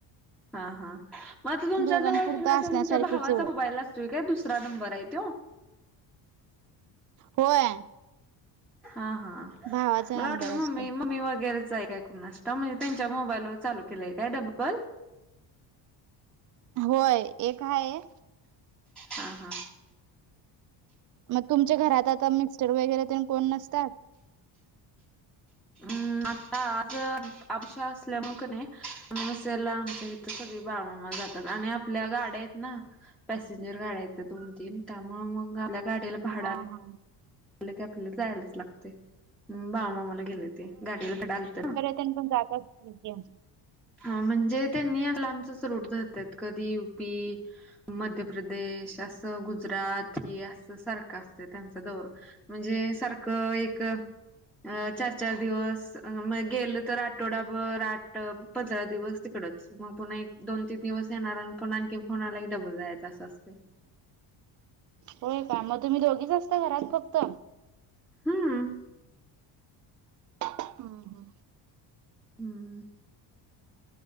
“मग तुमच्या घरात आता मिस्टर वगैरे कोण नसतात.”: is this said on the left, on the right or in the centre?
Right